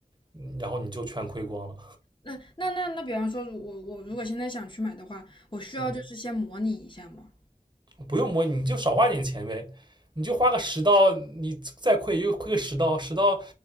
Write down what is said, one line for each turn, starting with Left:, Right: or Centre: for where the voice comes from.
Right: 嗯然后你就全亏光了。
Left: 那那那那，比方说如，我我如果现在想去买的话，我需要就是先模拟一下吗？
Right: 嗯。不用摸，你就少花点钱呗，你就花个十刀，你再亏就亏个十刀，十刀